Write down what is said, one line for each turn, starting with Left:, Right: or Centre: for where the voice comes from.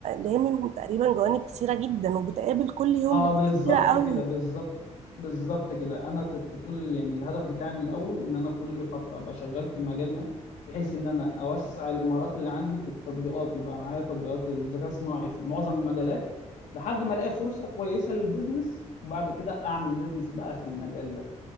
Right: لامم تقريبا جوانب كتيره جدا وبتقابل كل
Left: ما
Right: يوم
Left: هو
Right: ناس
Left: بالظبط
Right: كتيره قوي
Left: كده بالظبط بالظبط كده انا كنت كل يعني الهدف بتاعي من الاول ان انا كل فتره ابقى شغال في مجال ما بحيث ان انا اوسع المهارات اللي عندي في التطبيقات يبقى معايا تطبيقات الذكاء الصناعي في معظم المجالات لحد ما الاقي فرصه كويسه للبيزنس وبعد كده اعمل بيزنس بقى في المجال ده